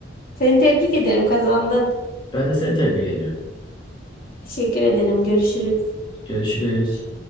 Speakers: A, on the left; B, on the left.
A: Seni tebrik ederim kazandın.
B: Ben de seni tebrik ediyorum.
A: Teşekkür ederim. Görüşürüz.
B: Görüşürüz.